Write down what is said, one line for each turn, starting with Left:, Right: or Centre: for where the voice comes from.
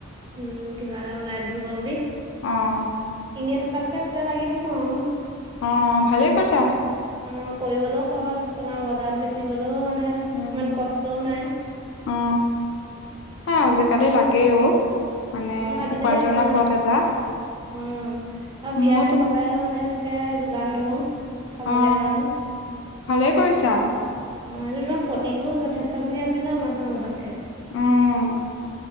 Right: উম কিবা এটা ওলাই থাকিব বুলি।
Left: অহ
Right: এনেই থকাতকে তাতে লাগি থাকো আও।
Left: অহ ভালে কৈছা।
Right: অ কৰিবলৈও সহজ তোমাৰ বজাৰত বেচিবলৈও মানে ইমান
Left: উম
Right: কষ্ট নে
Left: অ এ আজিকালি লাগে অ মানে
Right: অ আজিকালি
Left: উপাৰ্জনৰ
Right: অ
Left: পথ এটা
Right: উম বিয়াহে
Left: ময়ো তোমাক
Right: সভাহে আৰু মানে <unintelligible> কে যোগান ধৰো। খাবলে
Left: অ
Right: কাৰণে
Left: ভালে কৰিছাঁ।
Right: অ সেইটো তোমাৰ প্ৰটিনো যথেষ্টখিনি আছে ন মাছ মাংসতকে
Left: উম